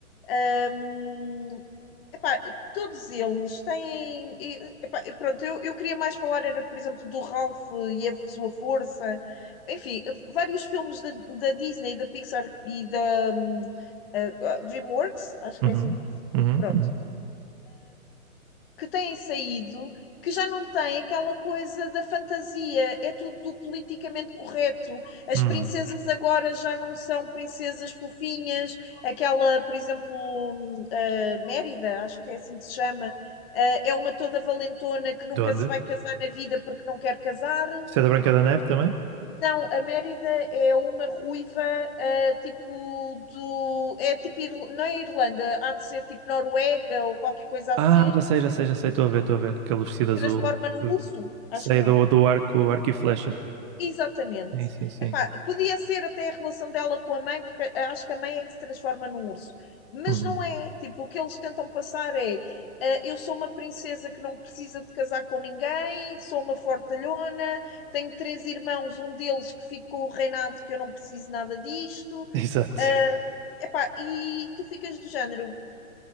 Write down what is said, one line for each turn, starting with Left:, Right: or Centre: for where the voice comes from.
Left: Ahm, epá, todos eles têm. e, epá, pronto, eu, eu queria mais falar, era, por exemplo, do Ralph e a sua força. Enfim, vários filmes da, da Disney, da Pixar e da hum, eh, DreamWorks, acho que
Right: uhum,
Left: é assim
Right: uhum,
Left: Pronto
Right: uhum.
Left: que têm saído que já não tem aquela coisa da fantasia, é tudo politicamente correto. As
Right: Hum,
Left: princesas agora já não são princesas fofinhas, aquela, por exemplo, eh, Mérida, acho que é assim que se chama, eh, é uma toda valentona que nunca
Right: De onde?
Left: se vai casar na vida porque não quer casar.
Right: Isso é da Branca da Neve também?
Left: Não, a Mérida é uma ruiva, eh, tipo do. É tipo. Ir- Não é Irlanda, há de ser tipo Noruega ou qualquer coisa assim,
Right: Ah, já sei, já sei, já sei. Estou a ver, estou a ver. Aquele vestido azul.
Left: transforma num
Right: Hum.
Left: urso,
Right: Sei
Left: acho que é.
Right: do, do arco, arco e flecha.
Left: Exatamente.
Right: Sim, sim, sim.
Left: Epá, podia ser até a relação dela com a mãe, porque acho que a mãe é que se transforma num urso. Mas
Right: Uhum.
Left: não
Right: <laughs>
Left: é. Tipo, o que eles tentam passar é: ah, eu sou uma princesa que não precisa de casar com ninguém, sou uma fortalhona, tenho três irmãos, um deles que ficou reinado, que eu não preciso nada disto.
Right: Exato.
Left: Ah, epá, e tu ficas do género.